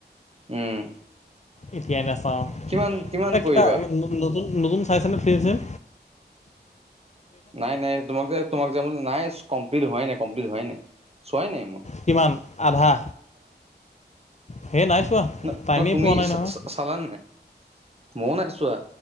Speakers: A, on the right (about 35°); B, on the left (about 40°).
A: উম।
B: এতিয়াই নাচাও
A: কিমান কিমান
B: এ, কিবা
A: কৰিবা
B: নতু নতুন নতুন চাইছানে ফ্ৰী এ চিম?
A: নাই নাই, তোমাক যে তোমাক যে, নাই কমপ্লিট হোৱাই নাই কমপ্লিট হোৱাই নাই, চোৱাই নাই মই৷
B: কিমান, আধা? সেই নাই চোৱা
A: ন'
B: টাইমেই
A: ন' তুমি
B: পোৱা নাই নহয়
A: চাচালানে নাই? ময়ো নাই চোৱা।